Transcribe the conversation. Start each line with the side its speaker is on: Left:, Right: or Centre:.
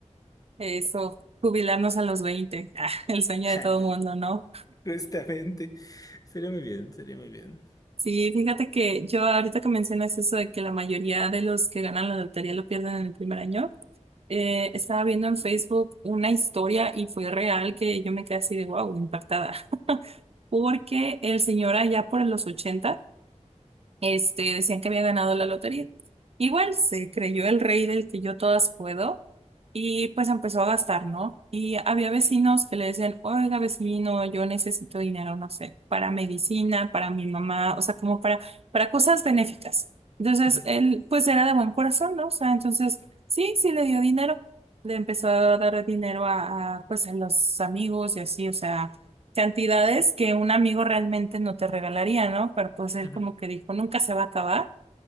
Right: Eso, jubilarnos a los veinte, ah, el sueño
Left: <laughs>
Right: de
Left: Ándale,
Right: todo mundo, ¿no?
Left: justamente. Sería muy bien, sería muy bien.
Right: Sí, fíjate que yo ahorita que mencionas eso de que la mayoría de los que ganan la lotería lo pierden en el primer año, eh, estaba viendo en Facebook una historia y fue real que yo me quedé así de wow, impactada. porque el señor allá por los 80 este, decían que había ganado la lotería. Igual se creyó el rey del que yo todas puedo y pues empezó a gastar, ¿no? Y había vecinos que le decían, oiga vecino, yo necesito dinero, no sé, para medicina, para mi mamá, o sea, como para, para cosas benéficas. Entonces,
Left: Ujú,
Right: él pues era de buen corazón, ¿no? O sea, entonces, sí, sí le dio dinero. Le empezó a dar dinero a, a, pues a los amigos y así, o sea, cantidades que un amigo realmente no te regalaría, ¿no? Pero pues él
Left: ujú,
Right: como que dijo, nunca se va a acabar